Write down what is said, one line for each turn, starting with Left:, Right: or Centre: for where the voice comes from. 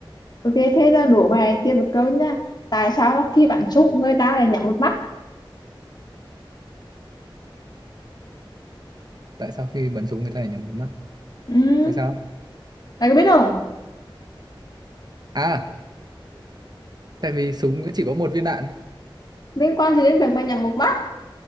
Left: ok thế ra đổ bài, tiếp một câu nha tại sao mà khi bạn trúng người ta lại nhắm một mắt
Right: tại sao khi bắn súng người ta lại nhắm một mắt
Left: ừ.
Right: tại sao
Left: mày có biết không
Right: à tại vì súng chỉ có một viên đạn
Left: liên quan gì đến việc mày nhắm một mắt